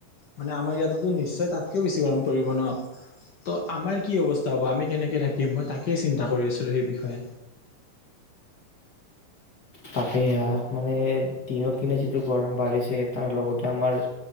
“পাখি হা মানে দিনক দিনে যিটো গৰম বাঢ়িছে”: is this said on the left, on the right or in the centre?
Left